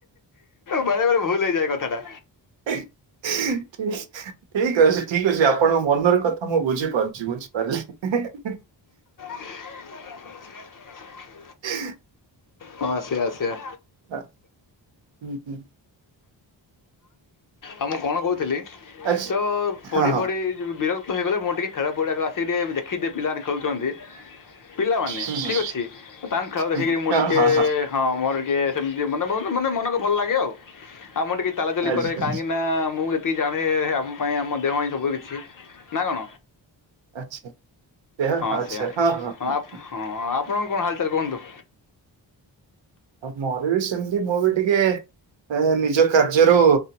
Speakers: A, on the left (about 45°); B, on the right (about 75°).
A: ବେଳେ ବେଳେ ଭୁଲ ହେଇଯାଏ କଥାଟା।
B: <inaudible> ଠିକ ଅଛି ଠିକ ଅଛି ଆପଣଙ୍କ ମନର କଥା ମୁଁ ବୁଝିପାରୁଛି ବୁଝିପାରିଲି।
A: <inaudible>
B: <inaudible>
A: ହଁ ସେଆ ସେଆ।
B: ଆ ହୁଁ ହୁଁ।
A: ଆ ମୁଁ କଣ କହୁଥିଲି
B: ଆଚ୍ଛା
A: ତ ପଢ଼ି
B: ହଁ ହଁ
A: ପଢ଼ି ଯ ବିରକ୍ତ ତ ହେଇଗଲେ ମୁଁ ଟିକେ ଖେଳ ପଡିଆକୁ ଟିକେ ଆସି ଦେଖିଦିଏ ପିଲାମାନେ ଖେଳୁଛନ୍ତି। ପିଲାମାନେ
B: ହୁଁ ହୁଁ
A: ଠିକ୍ ଅଛି ତାଙ୍କ ଖେଳ ଦେଖିକିରି
B: ହୁଁ
A: ମୁଁ
B: ହଁ
A: ଟିକିଏ
B: ହଁ
A: ହଁ ମୋର ଟିକେ ସେମିତି ମାନେ ମାନେ ମନକୁ ଭଲ ଲାଗେ ଆଉ ଆଉ ମୁଁ ଟିକେ ଚାଲାଚାଲି
B: ଆଚ୍ଛା
A: କରେ କାହିଁକିନା ମୁଁ ଏତିକି ଜାଣେ ହେ ଆମ ପାଇଁ ଆମ ଦେହ ହିଁ ସବୁ କିଛି। ନା କଣ।
B: ଆଚ୍ଛା
A: ହଁ
B: ଆଚ୍ଛା
A: ସେଇଆ
B: ହଁ ହଁ ହଁ ହ।
A: ହଁ ଆପଣଙ୍କ କଣ ହାଲଚଲ କୁହନ୍ତୁ।
B: ଆଉ ମୋର ବି ସେମିତି ମୁଁ ବି ଟିକେ ନିଜ କାର୍ଯ୍ୟରୁ